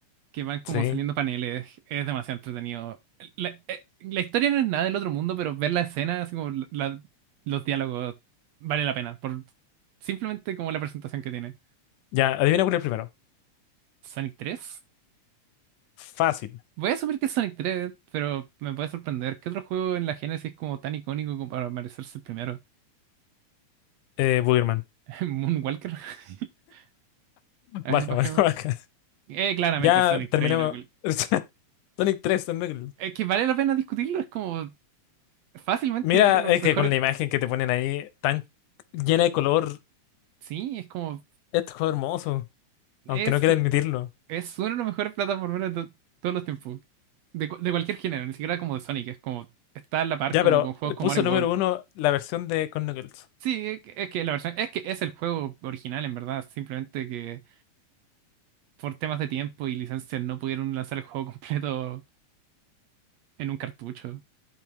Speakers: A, on the right (about 75°); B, on the left (about 85°).
A: que van como
B: Sí.
A: saliendo paneles, es demasiado entretenido. La, eh, la historia no es nada del otro mundo, pero ver la escena, así como la- la- los diálogos, vale la pena, por simplemente como la presentación que tiene.
B: Ya, adivina cuál es el primero.
A: Sonic tres
B: Fácil.
A: Voy a asumir que es Sonic tres pero me puede sorprender. ¿Qué otro juego en la Genesis como tan icónico como para merecerse el primero?
B: Eh, Boogerman.
A: <laughs> Moonwalker. <laughs> A
B: Baja,
A: ver, bajemos.
B: <laughs> baja, baja.
A: Eh, claramente
B: Ya
A: Sonic
B: terminemos.
A: tres y no-
B: <laughs> Sonic tres Sonic
A: Es que vale la pena discutirlo, es como Fácilmente
B: Mira,
A: uno de
B: es
A: los mejores.
B: que con la imagen que te ponen ahí, tan llena de color,
A: Sí, es como.
B: esto es hermoso,
A: Es,
B: aunque no quiera
A: u-
B: admitirlo.
A: es uno de los mejores plataformeros de to- todos los tiempos. De, cu- de cualquier género, ni siquiera como de Sonic. Es como. Está a la par
B: Ya,
A: como
B: pero
A: con juegos como
B: puso
A: Mario
B: número
A: World.
B: uno la versión de con Knuckles.
A: Sí, es que es que la versión. Es que es el juego original, en verdad. Simplemente que por temas de tiempo y licencias no pudieron lanzar el juego <laughs> completo en un cartucho.